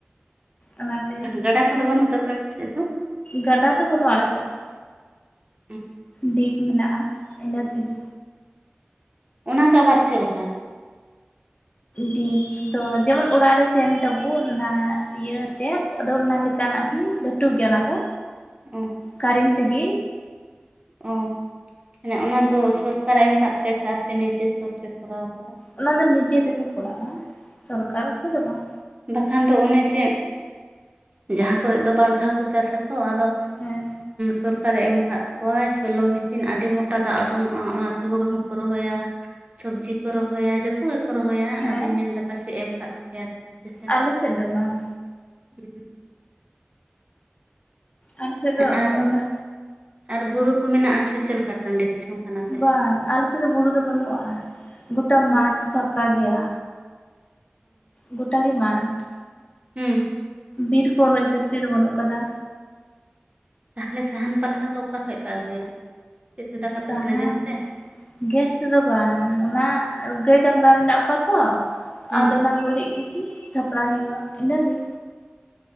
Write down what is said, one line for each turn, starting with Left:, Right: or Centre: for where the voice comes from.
Left: ᱚᱱᱟ ᱛᱮᱜᱮ
Right: ᱜᱟᱰᱟ ᱠᱚᱫᱚ ᱵᱟᱹᱱᱩᱜ ᱛᱟᱯᱮᱭᱟ ᱟᱯᱮ ᱥᱮᱫ ᱫᱚ
Left: ᱜᱟᱰᱟ ᱫᱚ ᱵᱟᱱᱩᱜ ᱟ ᱟᱞᱮ ᱥᱮᱫ ᱫᱚ
Right: ᱦᱮᱸ
Left: ᱰᱤᱯ ᱢᱮᱱᱟᱜᱼᱟ ᱤᱱᱟᱹᱛᱤᱧ
Right: ᱚᱱᱟ ᱫᱚ ᱟᱵᱟᱨ ᱪᱮᱫ ᱞᱮᱠᱟ
Left: ᱰᱤᱯ ᱫᱚ ᱡᱮᱢᱚᱱ ᱚᱲᱟᱜ ᱨᱮ ᱛᱟᱦᱮᱱ ᱛᱟᱵᱚᱱ ᱚᱱᱟ ᱤᱭᱟᱹ ᱴᱮᱯ ᱟᱫᱚ ᱚᱱᱟ ᱞᱮᱠᱟᱱᱟᱜ ᱜᱮ ᱞᱟᱹᱴᱩ ᱜᱮᱭᱟ ᱚᱱᱟ ᱫᱚ
Right: ᱚ
Left: ᱠᱟᱨᱮᱱᱴ ᱛᱮᱜᱮ
Right: ᱚ ᱢᱟᱱᱮ ᱚᱱᱟ ᱫᱚ ᱥᱚᱨᱠᱟᱨ ᱮᱢ ᱠᱟᱜ ᱯᱮ ᱥᱮ ᱟᱯᱮ ᱱᱤᱡᱮ ᱛᱮᱯᱮ ᱠᱚᱨᱟᱣ ᱠᱟᱫᱟ
Left: ᱚᱱᱟ ᱫᱚ ᱱᱤᱡᱮ ᱛᱮᱠᱚ ᱠᱚᱨᱟᱜᱼᱟ ᱥᱚᱨᱠᱟᱨ ᱠᱷᱚᱱ ᱫᱚ ᱵᱟᱝ
Right: ᱮᱠᱷᱟᱱ ᱫᱚ ᱚᱱᱮ ᱪᱮ ᱡᱟᱦᱟᱸ ᱠᱚᱨᱮ ᱫᱚ ᱵᱟᱨ ᱫᱷᱟᱣ ᱠᱚ ᱪᱟᱥ ᱟᱠᱚ ᱟᱫᱚ
Left: ᱦᱮᱸ
Right: ᱥᱚᱨᱠᱟᱨᱮ ᱮᱢ ᱟᱠᱟᱫ ᱠᱚᱣᱟᱭ ᱥᱮᱞᱚ ᱢᱮᱥᱤᱱ ᱟᱹᱰᱤ ᱢᱚᱴᱟ ᱫᱟᱜ ᱩᱰᱩᱠᱚᱜᱼᱟ ᱚᱱᱟᱛᱮ ᱦᱩᱲᱩ ᱦᱚᱸ ᱦᱩᱲᱩ ᱨᱚᱦᱚᱭ ᱥᱚᱵᱽᱡᱤ ᱠᱚ ᱨᱚᱦᱚᱭᱟ ᱡᱚᱛᱚ ᱜᱮᱠᱚ ᱨᱚᱦᱚᱭᱟ
Left: ᱦᱮᱸ
Right: ᱟᱫᱚᱧ ᱢᱮᱱᱫᱟ ᱯᱟᱪᱮ ᱮᱢ ᱠᱟᱜ ᱯᱮᱭᱟ ᱟᱯᱮ
Left: ᱟᱞᱮ ᱥᱮᱫ ᱫᱚ ᱵᱟᱝ
Right: ᱻ
Left: ᱟᱞᱮ ᱥᱮᱫ ᱫᱚ
Right: ᱟᱨ
Left: ᱚᱱᱟ
Right: ᱟᱨ ᱵᱩᱨᱩ ᱠᱚ ᱢᱮᱱᱟᱜᱼᱟ ᱥᱮ ᱪᱮᱫ ᱞᱮᱠᱟ ᱴᱟᱺᱰᱤ ᱫᱤᱥᱚᱢ ᱠᱟᱱᱟ ᱯᱮ
Left: ᱵᱟᱝ ᱟᱞᱮ ᱥᱮᱫ ᱫᱚ ᱵᱩᱨᱩ ᱫᱚ ᱵᱟᱹᱱᱩᱜᱼᱟ ᱜᱳᱴᱟ
Right: ᱚ
Left: ᱢᱟᱴᱷ ᱯᱷᱟᱠᱟ ᱜᱮᱭᱟ᱾ ᱜᱚᱴᱟ ᱜᱮ ᱢᱟᱴᱷ᱾
Right: ᱦᱮᱸ
Left: ᱵᱤᱨ ᱠᱚ ᱩᱱᱟᱹᱜ ᱡᱟᱹᱥᱛᱤ ᱫᱚ ᱵᱟᱹᱱᱩᱜ ᱠᱟᱫᱟ᱾
Right: ᱛᱟᱦᱚᱞᱮ ᱥᱟᱦᱟᱱ ᱯᱟᱞᱦᱟ ᱫᱚ ᱚᱠᱟ ᱠᱷᱚᱱ ᱯᱮ ᱟᱹᱜᱩᱭᱟ? ᱪᱮᱫ ᱛᱮ ᱫᱟᱠᱟ
Left: ᱥᱟᱦᱟᱱ
Right: ᱯᱮ ᱤᱥᱤᱱᱟ ᱜᱮᱥ ᱛᱮ
Left: ᱜᱮᱥ ᱛᱮᱫᱚ ᱵᱟᱝ ᱚᱱᱟ ᱜᱟᱹᱭ ᱰᱟᱝᱨᱟ ᱢᱮᱱᱟᱜ ᱠᱚᱣᱟ ᱛᱚ
Right: ᱦᱩᱸ
Left: ᱟᱫᱚ ᱚᱱᱟ ᱜᱩᱨᱤᱡ ᱠᱚ ᱛᱷᱟᱯᱲᱟᱣ ᱦᱩᱭᱩᱜᱼᱟ ᱤᱱᱟᱹ ᱜᱮ